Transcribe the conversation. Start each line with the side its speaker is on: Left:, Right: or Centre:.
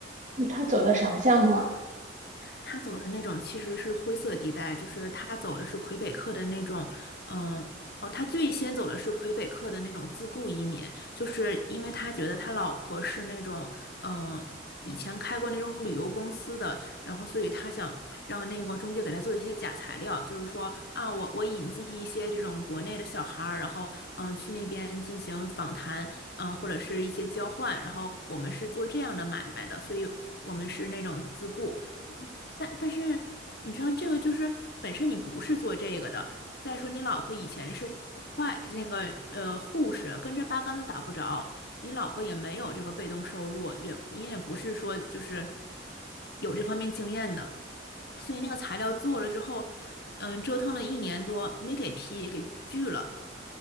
Right: 他走的啥项目啊？
Left: 他走的那种其实是灰色地带，就是他走的是魁北克的那种，嗯，哦，他最先走的是魁北克的那种自雇移民，就是因为他觉得他老婆是那种，嗯，以前开过那种旅游公司的，然后所以他想让那个中介给他做一些假材料，就是说啊，我我引进一些这种国内的小孩儿，然后嗯呃去那边进行访谈，嗯呃或者是一些交换，然后我们是做这样的买卖的，所以我们是那种自雇。但但是你知道这个就是本身你不是做这个的。再说你老婆以前是快那个呃护士，跟这八竿子打不着，你老婆也没有这个被动收入，也你也不是说就是有这方面经验的，所以那个材料做了之后，嗯，折腾了一年多没给批，给拒了。